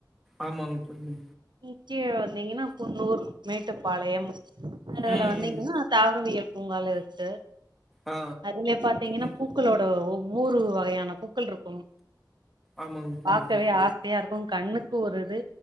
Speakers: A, in the centre; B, on the right.
A: ஆமாங்க தோழி
B: முக்கியம் வந்தீங்கன்னா குன்னூர் மேட்டுப்பாளையம் அதுல
A: ம்
B: வந்தீங்கன்னா
A: ம்
B: தாவரவியல் உங்காளுட்டு
A: ஆ
B: அதுல பாத்தீங்கன்னா
A: ம்
B: பூக்களோட ஒ நூறு வகையான பூக்கள் இருக்கும்
A: ஆமாங்க தோழி
B: பாக்கவே ஆசையா இருக்கும் கண்ணு போறது